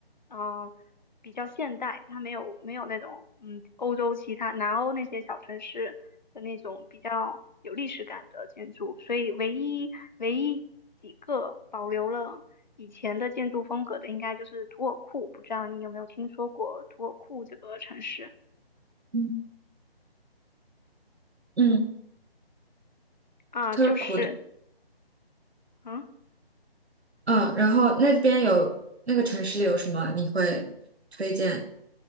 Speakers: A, on the left; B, on the right.
A: 嗯、比较现代，它没有没有那种嗯欧洲其他南欧那些小城市。的那种比较有历史感的建筑，所以唯一唯一几个保留了以前的建筑风格的，应该就是土尔库。不知道你有没有听说过土尔库这个城市
B: 嗯嗯，
A: 啊？
B: 特库的，
A: 就是。嗯
B: 嗯，然后那边有那个城市里有什么你会推荐？